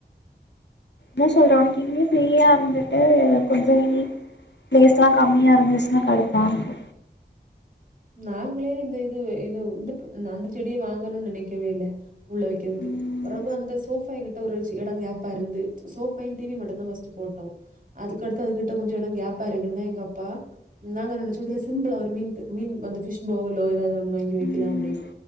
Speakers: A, on the left; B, on the right.
A: மு சொல்றேன் அன்னைக்கு ஃப்ரீயா இருந்துட்டு கொஞ்சம் இனி பிளேஸ் எல்லாம் காமியா இருந்துச்சுன்னா கடுப்பாகுது
B: நாங்களே இந்த இது இ வந்து நான் அந்த செடியை வாங்கணும்னு நினைக்கவே இல்லை உள்ள வைக்கிறதுக்கு
A: ம்
B: பெறவு அந்த சோபாய் கிட் ஒரு இடம் கேப்பா இருந்து சோஃபா டிவி மட்டும் தான் ஃபர்ஸ்டு போட்டோம் அதுக்கடுத்து அதுகிட்ட கொஞ்சம் இடம் கேப் ஆ இருக்குன்னு எங்க அப்பா நாங்க நினைச்சோம் அதுல சிம்பிளா ஒரு மீன் மீன் அந்த பிஷ் பவுலோ ஏதாவது ஒன்னு வாங்கி வைக்கலாம்
A: ம்
B: அப்படின்னு